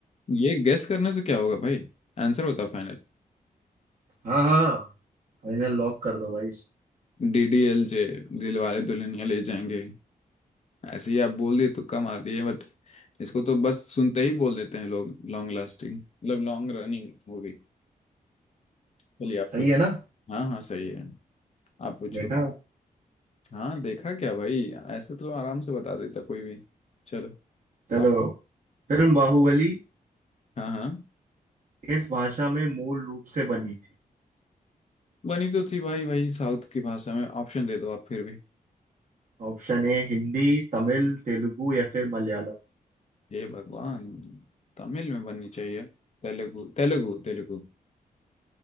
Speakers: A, on the left; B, on the right.
A: ये गेस करने से क्या होगा भाई आंसर बता final
B: हाँ हाँ फाइनल लॉक कर दो भाई
A: D D L J Dilwale Dulhania Le Jayenge ऐसे ही आप बोल दिए तुक्का मार दिए बट इसको तो बस सुनते ही बोल देते हैं लोग लॉन्ग लास्टिंग मतलब लॉन्ग रनिंग हो गई चलिए आप
B: सही
A: कुछ
B: है ना
A: हाँ हाँ सही है आप पूछो
B: देखा
A: हाँ देखा क्या भाई ऐसे तो आराम से बता देता कोई भी चलो
B: चलो
A: आप
B: फिल्म बाहुबली
A: हाँ हाँ
B: किस भाषा में मूल रूप से बनी थी
A: बनी तो थी भाई वही साउथ की भाषा में ऑप्शन दे दो आप फिर भी
B: ऑप्शन ए हिंदी तमिल तेलुगु या फिर मलयालम
A: हे भगवान तमिल में बननी चाहिए तेलुगु तेलुगु तेलुगु